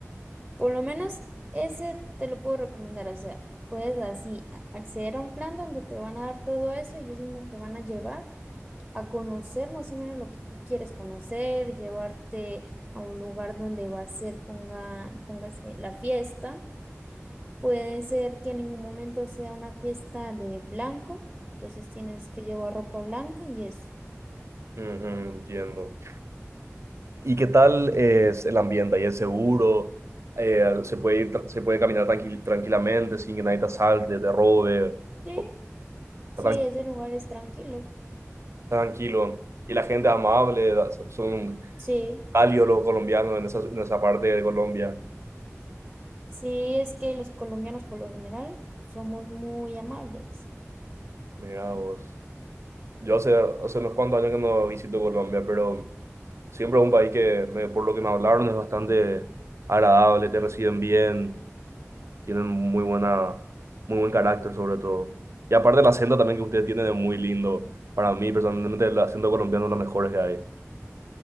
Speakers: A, in the centre; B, on the right (about 65°).
A: Por lo menos ese te lo puedo recomendar, o sea, puedes así a- acceder a un plan donde te van a dar todo eso y ellos mismos te van a llevar a conocer más o menos lo que tú quieres conocer, llevarte a un lugar donde va a ser, ponga, póngase la fiesta. Puede ser que en ningún momento sea una fiesta de blanco, entonces tienes que llevar ropa blanca y eso.
B: Ujú, entiendo. ¿Y qué tal es el ambiente? ¿Ahí es seguro? Eh, ¿se puede ir tra- se puede caminar tranqui- tranquilamente sin que nadie te asalte, te robe?
A: Sí,
B: O-
A: sí,
B: Está tran-
A: ese lugar es tranquilo.
B: está tranquilo. Y la gente es amable, da- so, son
A: Sí,
B: cálidos los colombianos en esa, en esa parte de Colombia.
A: sí, es que los colombianos por lo general somos muy amables.
B: Mira vos. Yo hace, hace unos cuantos años que no visito Colombia, pero Siempre es un país que, me- por lo que me hablaron, es bastante agradable, te reciben bien, tienen muy buena, muy buen carácter sobre todo. Y aparte el acento también que ustedes tienen es muy lindo. Para mí, personalmente, el acento colombiano es lo mejor que hay.